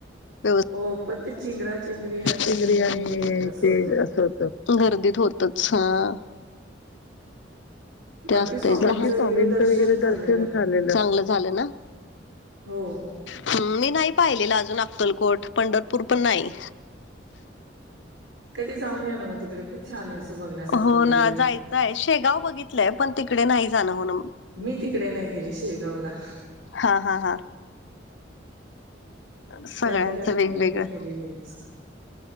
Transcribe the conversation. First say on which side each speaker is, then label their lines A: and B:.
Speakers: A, on the left; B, on the right.
A: व्यव्.
B: हो पण ते चिंगरा चिंगरी
A: जतिंद्री
B: आणि
A: आणिअअ
B: ते असं
A: तेअ
B: होतं
A: असं होतं. गर्दीत होतच हअ.
B: बाकी
A: ते असतयेच
B: स्वामींचं
A: लागलीच स्वामींचं
B: वगैरे दर्शन
A: वगैरे
B: झालेलं
A: दर्शन झालेल चांगलं झाल ना?
B: हो.
A: हम् मी नाही पाहिलेलं अजून अक्कलकोट पंढरपूर पण नाही.
B: कधी जाऊन या ना म तिकडे खूप छान ए असं. बघण्यासारखं
A: हो ना
B: वगैरे
A: जायचंय शेगाव बघितलंय पण तिकडे नाही जाणं होण
B: मी तिकडे नाही गेले शेगावला.
A: हा हा हा. सगळ्यांचं
B: त्या ठिकाणी
A: वेगवेगळं.
B: मग <unintelligible>